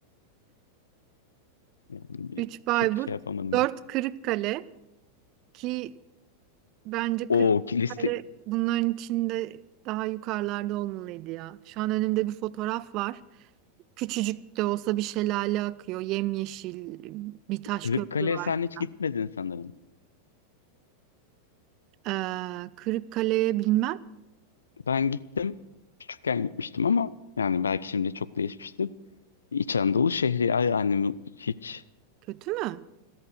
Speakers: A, on the left; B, on the right.
A: Yani
B: 3 Bayburt,
A: çok şey yapamadım.
B: 4 Kırıkkale ki Bence
A: O
B: Kırıkkale
A: liste
B: bunların içinde daha yukarılarda olmalıydı ya. Şu an önümde bir fotoğraf var. Küçücük de olsa bir şelale akıyor. Yemyeşil bir taş
A: Kırıkkale'ye
B: köprü var
A: sen hiç
B: falan.
A: gitmedin sanırım.
B: Ee, Kırıkkale'ye bilmem.
A: Ben gittim. Küçükken gitmiştim ama yani belki şimdi çok değişmiştir. İç Anadolu şehri ay annem hiç.
B: Kötü mü?